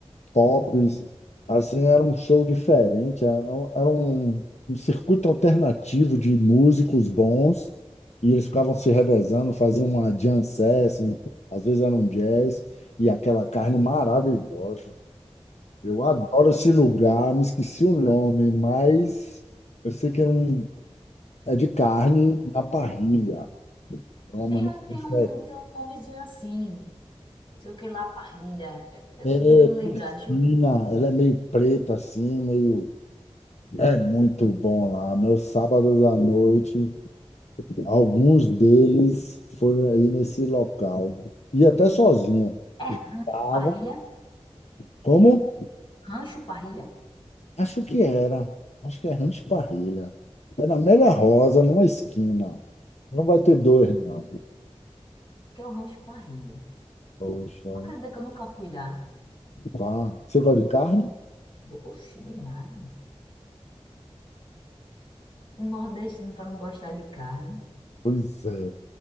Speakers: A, on the left (about 85°); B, on the left (about 50°).
A: pops, assim, era um show diferente, era um, era um, um circuito alternativo de músicos bons, e eles ficavam se revezando, faziam uma jam session, às vezes era um jazz, e aquela carne maravilhosa. Eu adoro esse lugar, me esqueci o nome, mas eu sei que era um, é de carne na parrilha.
B: Tem
A: É uma maneira
B: um, tem
A: diferente.
B: um, tem um nomezinho assim, sei o que lá, parrilha. É, Eu
A: É,
B: tô tentando
A: é, Cristina,
B: lembrar, deixa eu ver.
A: ela é meio preta assim, meio É muito bom lá. Meus sábados à noite, alguns deles foram aí nesse local. E até sozinho.
B: É rancho
A: Estava.
B: parrilha?
A: Como?
B: Rancho parrilha?
A: Acho que era. Acho que é Rancho Parrilha. Era Amélia Rosa, numa esquina. Não vai ter dois, não.
B: Acho que é o rancho parrilha.
A: Poxa,
B: Acredita que eu nunca fui lá?
A: pá. Você gosta de carne?
B: Oxe, demais. Um nordestino para não gostar de carne.
A: Pois é.